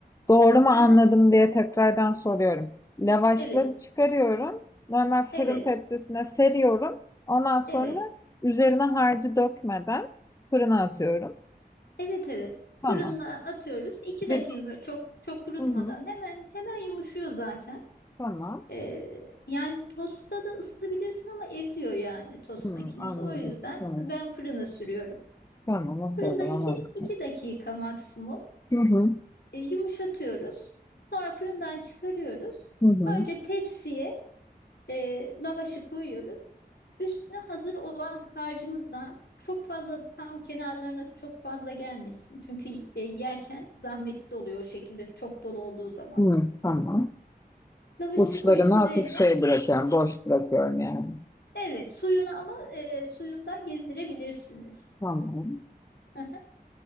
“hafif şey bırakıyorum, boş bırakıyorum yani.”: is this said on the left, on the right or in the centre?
Left